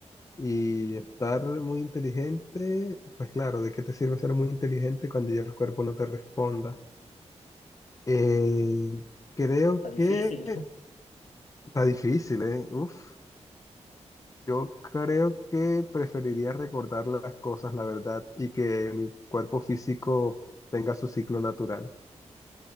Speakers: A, on the left; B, on the left.
A: Y estar muy inteligente, pues claro, ¿de qué te sirve ser muy inteligente cuando ya el cuerpo no te responda? Eh, creo
B: Está difícil.
A: que
B: <laughs>
A: está difícil, ¿eh? Uf, yo creo que preferiría recordar las cosas, la verdad, y que mi cuerpo físico tenga su ciclo natural.